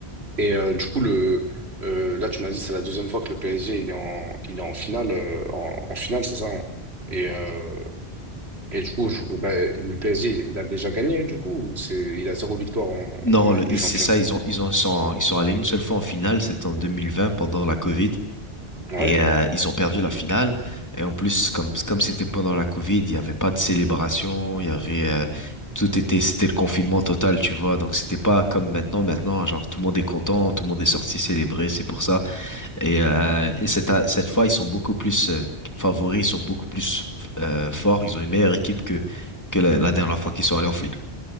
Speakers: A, on the right; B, on the left.
A: Et euh, du coup, le, euh, là, tu m'as dit, c'est la deuxième fois que le PSG, il est en, il est en finale, euh, en, en finale, c'est ça? hein Et, euh, et du coup, je- ben, le PSG, il, il a déjà gagné, du coup, ou c'est, il a zéro victoire en-
B: Non,
A: dans la
B: le-
A: Ligue des
B: ils-
A: Champions.
B: c'est ça, ils ont, ils ont, ils sont, ils sont allés une seule fois en finale, c'était en 2020 pendant la Covid,
A: Ouais.
B: et euh, ils ont perdu la finale. Et en plus, comme, comme c'était pendant la Covid, il n'y avait pas de célébration, il y avait, euh, tout était, c'était le confinement total, tu vois. Donc c'était pas comme maintenant, maintenant, hein, genre tout le monde est content, tout le monde est sorti célébrer, c'est pour ça. Et, euh, et cette, cette fois, ils sont beaucoup plus euh, favoris, ils sont beaucoup plus euh, forts, ils ont une meilleure équipe que, que la, la dernière fois qu'ils sont allés en, fin-